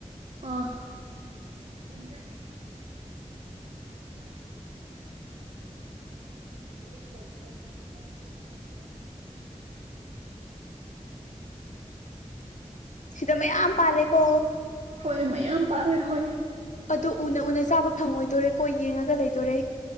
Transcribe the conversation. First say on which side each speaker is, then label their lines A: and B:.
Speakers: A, on the right; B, on the left.
A: ꯑꯣ <unintelligible> <unintelligible>
B: ꯁꯤꯗ ꯃꯌꯥꯝ ꯄꯥꯜꯂꯦꯀꯣ
A: ꯍꯣꯏ ꯃꯌꯥꯝ ꯄꯥꯜꯂꯦ ꯍꯣꯏ
B: ꯑꯗꯨ ꯎꯅ ꯎꯅ ꯆꯥꯕ ꯐꯪꯉꯣꯏꯗꯣꯔꯦ ꯀꯣ ꯌꯦꯡꯉꯒ ꯂꯩꯗꯣꯔꯦ